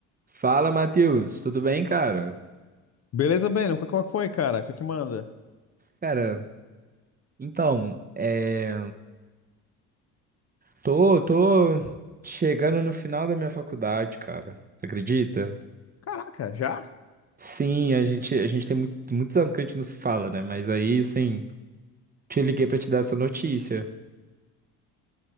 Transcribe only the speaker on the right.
Fala, Matheus, tudo bem, cara?
Cara, então, é... tô, tô chegando no final da minha faculdade, cara. Você acredita?
Sim, a gente, a gente tem mu- muitos anos que a gente não se fala, né? Mas aí, assim, te liguei pra te dar essa notícia.